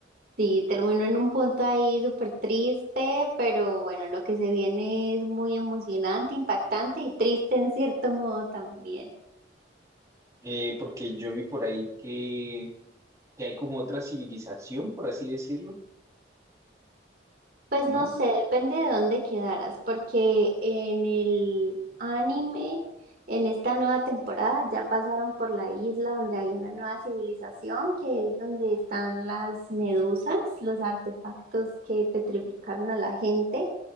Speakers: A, on the right; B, on the right.
A: Sí, terminó en un punto ahí súper triste, pero bueno, lo que se viene es muy emocionante, impactante y triste en cierto modo también.
B: Eh, porque yo vi por ahí que, que hay como otra civilización, por así decirlo,
A: Pues
B: ¿no?
A: no sé, depende de dónde quedaras, porque en el anime, en esta nueva temporada, ya pasaron por la isla donde hay una nueva civilización, que es donde están las medusas, los artefactos que petrificaron a la gente,